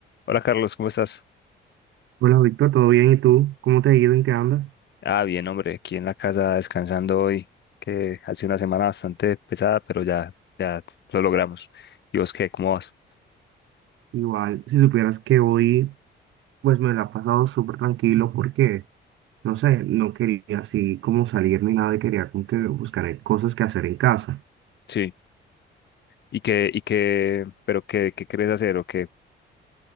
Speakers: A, on the left; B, on the right.
A: Hola Carlos, ¿cómo estás?
B: Bueno, Víctor, ¿todo bien? ¿Y tú? ¿Cómo te ha ido? ¿En qué andas?
A: Ah, bien, hombre, aquí en la casa descansando hoy, que ha sido una semana bastante pesada, pero ya, ya lo logramos. ¿Y vos qué? ¿Cómo vas?
B: Igual, si supieras que hoy, pues me la he pasado súper tranquilo porque, no sé, no quería así como salir ni nada y quería como que buscar eh, cosas que hacer en casa.
A: Sí. ¿Y qué, y qué, pero qué, qué querés hacer o qué?